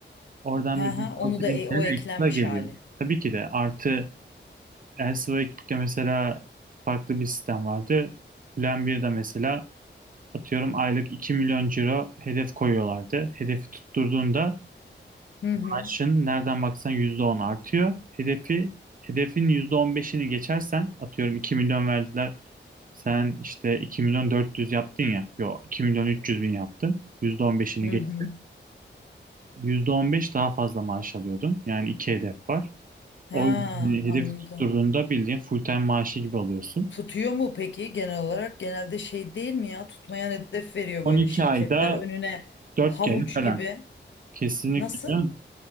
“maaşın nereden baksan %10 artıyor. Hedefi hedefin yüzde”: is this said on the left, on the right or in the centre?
Right